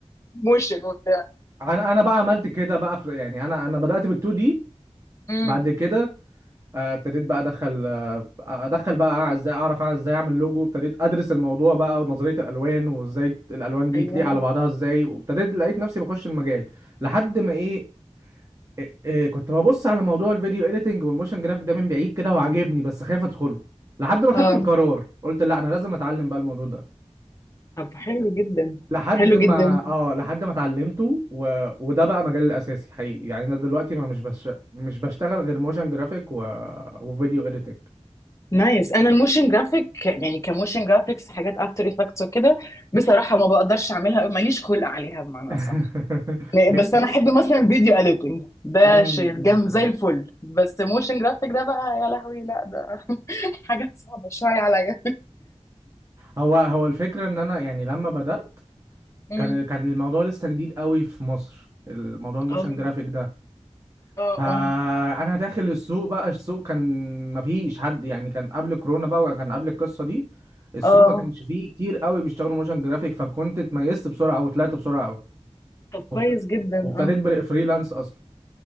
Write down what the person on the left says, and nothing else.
موشن وبتاع
امم
ايوه
اه
طب حلو جدا
حلو
جدا
نايس انا الموشن جرافيك يعني كموشن جرافيكس حاجات افتر افكتس وكده بصراحه ما بقدرش اعملها ماليش خلق عليها بمعنى
صح
بس
انا احب مثلا الفيديو اديتنج ده
شيء
جامد
زي الفل بس موشن جرافيك ده بقى يا لهوي لا ده <laughs> حاجات صعبه شويه عليا
<laughs> أمم.
اه
اه
اه
اه
طب كويس
جدا
آه.